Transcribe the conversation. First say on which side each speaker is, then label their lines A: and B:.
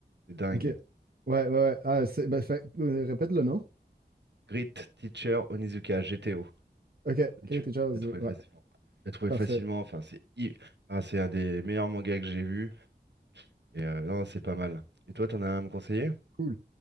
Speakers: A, on the right; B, on the right.
A: c'est dingue.
B: OK. Ouais, ouais, ouais. Ah, c'est. Ben, fait- euh, répète le nom.
A: Grit Teacher Onizuka, GTO.
B: OK.
A: Et
B: Creative
A: tu tu
B: Jazz,
A: vas trouver
B: ouais.
A: facilement. Tu vas trouver
B: Parfait.
A: facilement, enfin c'est hi- ah, c'est un des meilleurs mangas que j'ai vu. Et euh, non, c'est pas mal. Et toi, t'en as un à me conseiller?
B: Cool.